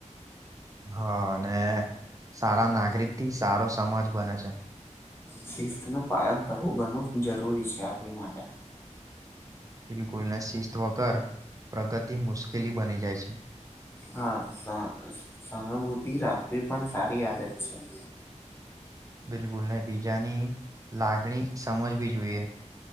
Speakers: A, on the right (about 25°); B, on the left (about 20°).
A: હા અને સારા નાગરિક થી સારો સમાજ બને છે.
B: શિથ નું પાલન કરવું ઘણું જરૂરી છે આપણી માટે.
A: બિલકુલને શિસ્ત વગર પ્રગતિ મુશ્કેલી બની જાય છે.
B: હા સહાનુભૂતિ રાખવી પણ સારી આદત છે.
A: બિલકુલ નને બીજાની લાગણી સમજવી જોઈએ.